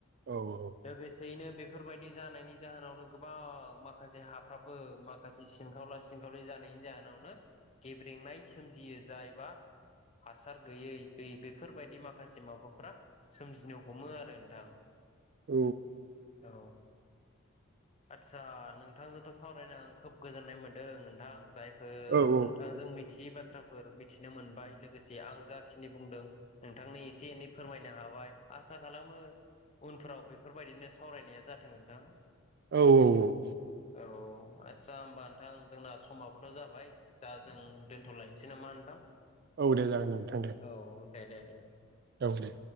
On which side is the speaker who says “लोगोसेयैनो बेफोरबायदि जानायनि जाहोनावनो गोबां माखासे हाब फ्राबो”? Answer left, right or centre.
Left